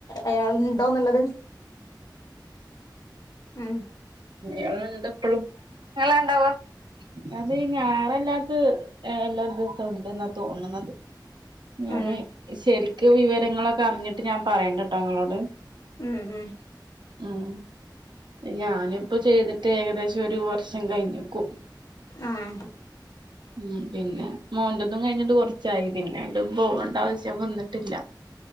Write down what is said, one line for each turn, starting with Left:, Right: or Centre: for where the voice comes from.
Left: അയാള്ണ്ടോന്ന്ള്ളത് ആ
Right: ഉം അയാള്ണ്ട്പ്പളും അയാളാടെണ്ടാവോ അത് ഞായറല്ലാത്ത എല്ലാ ദിവസം ഉണ്ടന്നാ തോന്നുന്നത് ഞാന്
Left: ഉം
Right: ശരിക്ക് വിവരങ്ങളൊക്കെ അറിഞ്ഞിട്ട് ഞാൻ പറയണ്ട കേട്ടോ നിങ്ങളോട്
Left: ഉം ഉം
Right: ഉം ഞാനും ഇപ്പൊ ചെയ്തിട്ട് ഏകദേശം ഒരു വർഷം കഴിഞ്ഞക്കും
Left: ആഹ
Right: ഉം പിന്നെ മോന്റതും കഴിഞ്ഞിട്ട കുറച്ച് ച്ചായി പിന്നെണ്ടും പോകണ്ട ആവശ്യം വന്നിട്ടില്ല